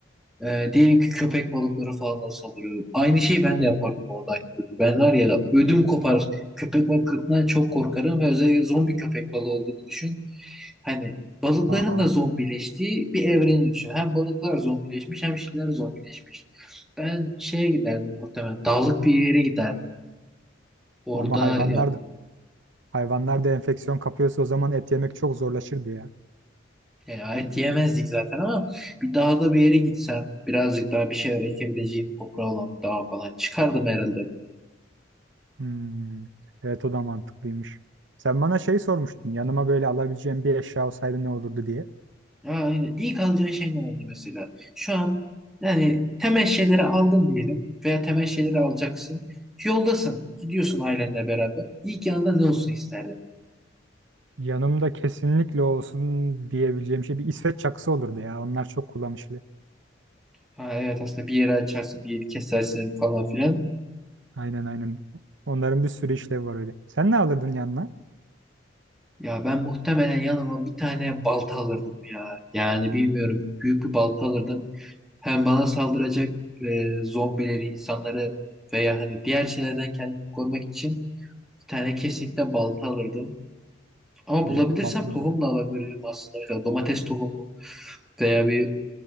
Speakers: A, in the centre; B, on the right.
A: Ee, diyelim ki köpek balıkları falan da saldırıyor. Aynı şeyi ben de yapardım bu arada. Ben var ya ödüm kopar. Köpek balıklarından çok korkarım ve özellikle zombi köpek balığı olduğunu düşün. Hani balıkların
B: Aa,
A: da zombileştiği bir evreni düşün. Hem balıklar zombileşmiş hem şeyler zombileşmiş. Ben şeye giderdim muhtemelen. Dağlık bir yere giderdim. Orada
B: ama hayvanlar
A: ya,
B: da hayvanlar da enfeksiyon kapıyorsa o zaman et yemek çok zorlaşırdı ya.
A: ya et yemezdik zaten ama bir dağda bir yere gitsem birazcık daha bir şeyler ekebileceğim toprağı olan bir dağa falan çıkardım herhalde
B: Hmm, evet o da mantıklıymış. Sen bana şey sormuştun. Yanıma böyle alabileceğim bir eşya olsaydı ne olurdu diye.
A: Yani ilk alacağın şey ne oldu mesela? Şu an yani temel şeyleri aldın diyelim veya temel şeyleri alacaksın. Yoldasın. Gidiyorsun ailenle beraber. İlk yanında ne olsun isterdin?
B: Yanımda kesinlikle olsun diyebileceğim şey bir İsveç çakısı olurdu ya. Onlar çok kullanışlı.
A: Ha, evet aslında bir yere açarsın, bir yeri kesersin falan filan.
B: Aynen aynen. Onların bir sürü işlevi var öyle. Sen ne alırdın yanına?
A: Ya ben muhtemelen yanıma bir tane balta alırdım ya. Yani bilmiyorum büyük bir balta alırdım. Hem bana saldıracak e, zombileri, insanları veya hani diğer şeylerden kendimi korumak için bir tane kesinlikle balta alırdım. Ama bulabilirsem
B: Evet baltalı
A: tohum
B: mı?
A: da alabilirim aslında. Mesela domates tohumu veya bir